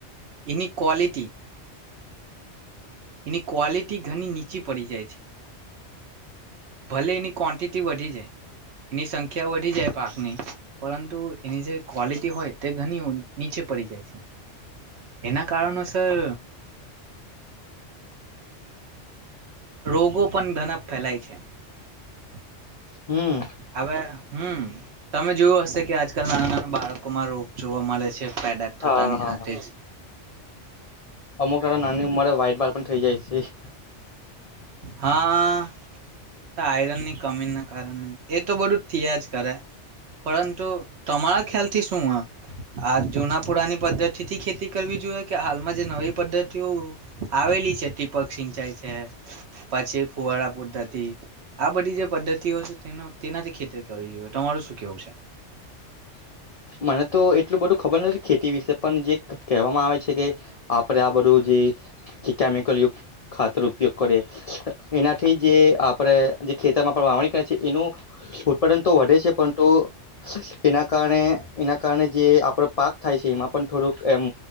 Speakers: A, on the right; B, on the left.
A: એની ક્વોલિટી. એની ક્વોલિટી ઘણી નીચી પડી જાય છે ભલે એની ક્વન્ટિટી વધી જાય એની સંખ્યા વધી જાય પાકની પરંતુ એની જે ક્વોલિટી હોય તે ઘણી નીચે પડી જાય છે એના કારણોસર રોગો પણ ઘનક ફેલાય છે. <inaudible>
B: હમ
A: હવે હમ, તમે જોયું હશે કે આજકાલ નાના નાના બાળકો માં રોગ જોવા મળે છે. પેદાજ થતાની
B: હા
A: સાથેજ. <inaudible>
B: અમુક નેતો નાની ઉંમરે વ્હાઈટ બાલ પણ થઈ જાય છે.
A: હા, આયરનની કમીના કારણે એ તો બધું થિયા જ કરે પરંતુ તમારા ખ્યાલથી શું આ જૂના પુરાની પદ્ધતિથી ખેતી કરવી જોઈએ કે હાલમાં જે નવી પદ્ધતિઓ આવેલી છે ટીપક સિંચાઈ છે. પાછી ફુવાડા પુદ્ધતિ આ બધી જે પદ્ધતિઓ છે તેનો તેનાથી ખેતી કરવી જોઈએ તમારું શું કેવું છે?
B: મને તો એટલું બધું ખબર નથી ખેતી વિશે પણ જે કહેવામાં આવે છે કે આપણે આ બધું જે કેમિકલયુ ખાતર ઉપયોગ કરે એનાથી જે આપરે જે ખેતરમાં પણ વાવણી કરે છે એનું ઉત્પાદન તો વધે છે પરંતુ એના કારણે એના કારણે જે આપડો પાક થાય છે એમાં પણ થોડુંક એમ